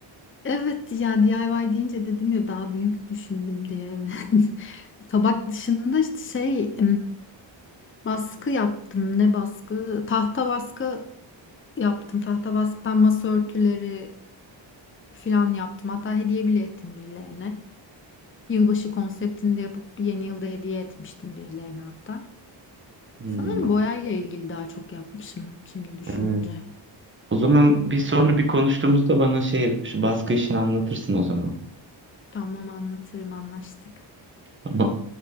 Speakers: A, on the left; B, on the right.
A: Evet ya DIY deyince dedim ya daha büyük düşündüm diye. <laughs> Tabak dışında işte şey Baskı yaptım. Ne baskı? Tahta baskı yaptım. Tahta baskıdan masa örtüleri filan yaptım. Hatta hediye bile ettim birilerine. Yılbaşı konseptinde yapıp yeni yılda hediye etmiştim birilerine hatta.
B: Hmm,
A: Sanırım boyayla ilgili daha çok yapmışım şimdi düşününce.
B: evet. O zaman bir sonra bir konuştuğumuzda bana şey şu baskı işini anlatırsın o zaman.
A: Tamam anlatırım anlaştık.
B: Tamam.